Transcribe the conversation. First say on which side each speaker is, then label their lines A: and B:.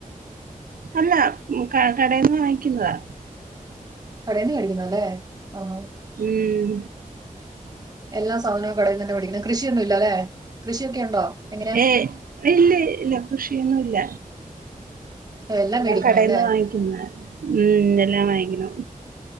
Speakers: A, on the right; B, on the right.
A: അല്ല കടയിൽന്ന് വാങ്ങിക്കുന്നതാ
B: കടയിന്ന് മേടിക്കുന്നതല്ലേ ആഹ്
A: ഉം
B: എല്ലാ സാധനവും കടയിൽ തന്നെ മേടിക്കുന്നെ???? കൃഷിയൊന്നും ഇല്ല അല്ലെ കൃഷിയൊക്കെ ഉണ്ടോ? എങ്ങനെയാ
A: ഏ ഇല്ല ഇല്ല കൃഷിയൊന്നുംല്ല
B: ഓ,
A: എല്ലാം
B: മേടിക്കണോ
A: കടയിൽന്ന്
B: അല്ലേ
A: വാങ്ങിക്കുന്ന ഉ എല്ലാം വാങ്ങിക്കണം.